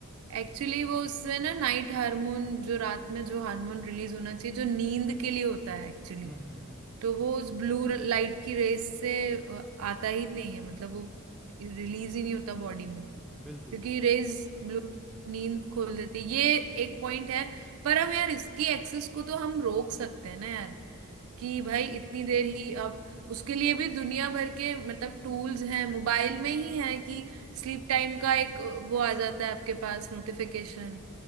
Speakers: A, on the right (about 70°); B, in the centre.
A: एक्चुअली वो उससे ना नाइट हार्मोन जो रात में जो हार्मोन रिलीज होना चाहिए जो नींद के लिए होता है एक्चुअली
B: हम्म हम्म हम्म
A: तो वो उस ब्लू लाइट की रेस से अ, आता ही नहीं है मतलब वो रिलीज ही नहीं होता बॉडी में
B: बिल्कुल
A: क्योंकि
B: बिल्कुल
A: रेज ब्लू नींद खोल देती है ये एक पॉइंट है पर हम यार इसकी एक्सेस को तो हम रोक सकते हैं ना यार कि भाई इतनी देर ही आप उसके लिए भी दुनिया भर के मतलब टूल्स हैं मोबाइल में ही है कि स्लीप टाइम का एक वो आ जाता है आपके पास नोटिफिकेशन